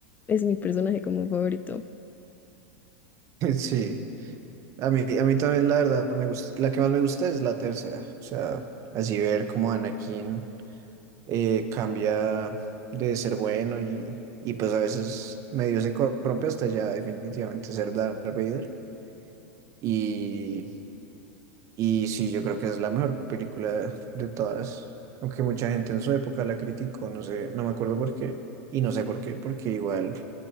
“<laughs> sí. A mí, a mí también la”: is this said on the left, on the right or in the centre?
Right